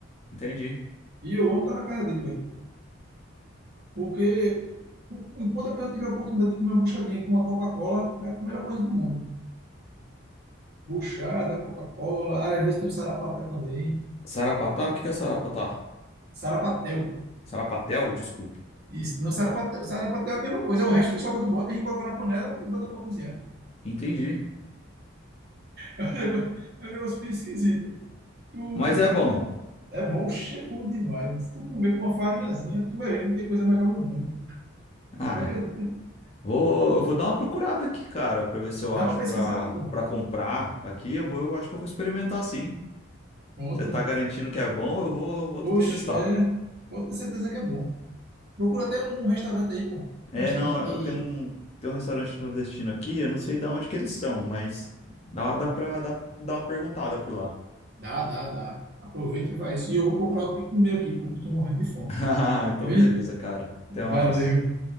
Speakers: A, on the left; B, on the right.
A: Entendi.
B: E eu amo estar na casa dele, velho. Porque o- enquanto a pessoa tiver a oportunidade de comer uma buchadinha com uma Coca-Cola, é a melhor coisa do mundo. Buchada, Coca-Cola, ah, às vezes tem um sarapatel também.
A: Sarapatel? O que que é Sarapatel?
B: Sarapatel.
A: Sarapatel, desculpa.
B: Isso, não sarapatel. Sarapatel é a mesma coisa, é o resto que sobra do bode, a gente coloca na panela e bota para cozinhar.
A: Entendi.
B: É um negócio, é um negócio bem esquisito. Tu,
A: Mas é
B: tu,
A: bom.
B: é bom, é bom demais. Se tu comer com uma farinhazinha, tu vai ver que não tem coisa melhor no mundo.
A: Ah,
B: Não acredita?
A: é. vou, eu vou dar uma procurada aqui, cara, pra ver se eu
B: Dá
A: acho
B: uma pesquisada,
A: pra,
B: pô.
A: pra comprar aqui. Eu vou, eu acho que eu vou experimentar sim.
B: Pronto.
A: Você tá garantindo que é bom, eu vou, vou,
B: Oxe,
A: vou testar.
B: é. Pode ter certeza que é bom. Procura até um, um restaurante aí, pô.
A: É,
B: Um restaurante
A: não, eu
B: de.
A: tenho um, tenho um restaurante nordestino aqui, eu não sei de onde que eles são, mas dá, dá pra dá, dar uma perguntada por lá.
B: Dá, dá, dá. Aproveita e vai isso. E eu vou procurar o que comer aqui, porque eu tô morrendo de fome.
A: <laughs> Então,
B: Vi?
A: beleza, cara. Até
B: Valeu.
A: mais.